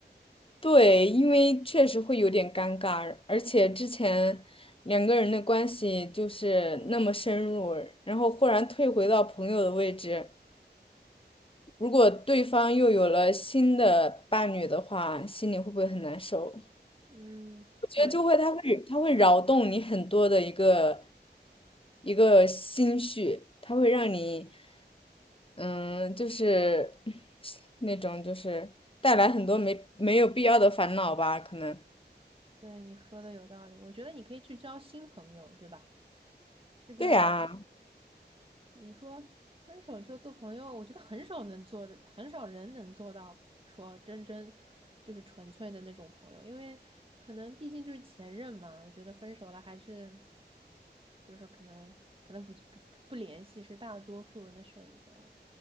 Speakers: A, on the left (about 30°); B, on the right (about 30°).
A: 对，因为确实会有点尴尬，而且之前两个人的关系就是那么深入，然后忽然退回到朋友的位置，如果对方又有了新的伴侣的话，心里会不会很难受？
B: 嗯，
A: 我觉得就会，
B: 对
A: 他会，他会扰动你很多的一个一个心绪，他会让你，嗯，就是那种就是带来很多没没有必要的烦恼吧，可能。
B: 对，你说的有道理，我觉得你可以去交新朋友，对吧？这个。
A: 对啊，
B: 你说分手之后做朋友，我觉得很少能做的，很少人能做到说真真就是纯粹的那种朋友，因为可能毕竟就是前任嘛。我觉得分手了还是就是可能可能不不不联系是大多数人的选择